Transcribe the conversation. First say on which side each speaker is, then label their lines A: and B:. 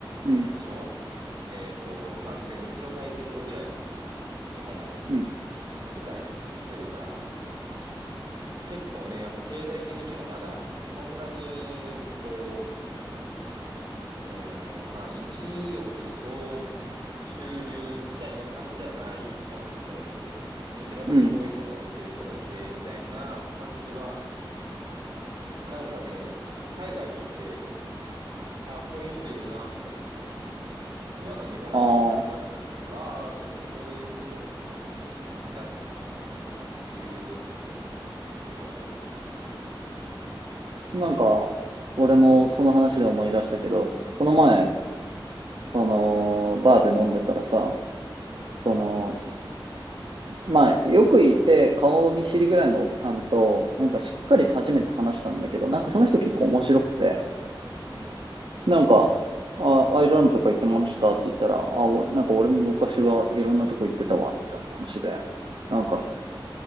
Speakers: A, on the right; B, on the right.
A: うん、
B: えー昭和えっと、まあ、で、日露大戦後ぐらいの日本を
A: うん、
B: 舞台にしてるから、結構ね、やっぱ経済的にもまだ、そんなに、こう、えー、まあ、一億総中流みたいな感じではない、多分時代で、道端でこういうものを売ってる人がいて、
A: うん、
B: みたいな感じは、なんかね、海外に行って、ああ、こういう人いるな、みたいな。今の日本にはいなくなっちゃったけど、
A: あー
B: ああ、そっか、こういう人たちがいいたんだな、かつては、っていうのがちょっと面白かったですね。
A: なんか、俺もその話で思い出したけど、この前、その、バーで飲んでたらさ、
B: うん、
A: その、まあ、よくいて顔見知りぐらいのおじさんと、なんかしっかり初めて話したんだけど、
B: うん、
A: なんかその人結構面白くて、
B: うん、うん。うん、
A: なんか、あ、アイルランドとか行ってましたって言ったら、あ、おなんか俺も昔はいろんなとこ行ってたわ、みたいな話で、なんか、
B: うん、